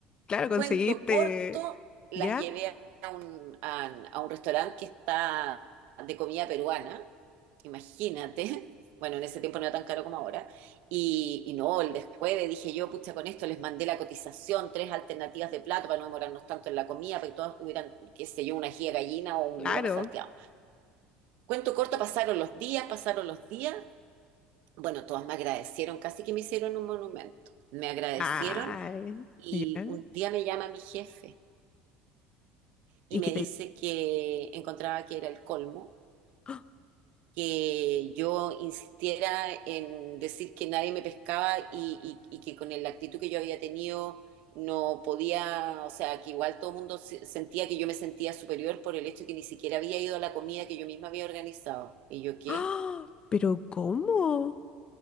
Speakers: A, on the left (about 35°); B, on the right (about 70°).
A: claro, conseguiste.
B: Cuento corto, las
A: ¿Ya?
B: llevé a un, a- a un restaurante que está de comida peruana, imagínate. <laughs> Bueno, en ese tiempo no era tan caro como ahora. Y, y no, el descueve, dije yo, pucha, con esto les mandé la cotización, tres alternativas de plato para no demorarnos tanto en la comida, para que todos tuvieran, qué sé yo, una ají de gallina o un
A: Claro.
B: lomo salteado. Cuento corto, pasaron los días, pasaron los días. Bueno, todas me agradecieron, casi que me hicieron un monumento. Me agradecieron
A: Ay,
B: y
A: ¿ya?
B: un día me llama mi jefe y
A: ¿Y
B: me
A: que te...
B: dice que encontraba que era el colmo,
A: <gasps>
B: que yo insistiera en decir que nadie me pescaba y, y- y que con la actitud que yo había tenido no podía, o sea, que igual todo el mundo se- sentía que yo me sentía superior por el hecho de que ni siquiera había ido a la comida que yo misma había organizado. ¿Y yo qué?
A: ¡Ah! ¿Pero cómo?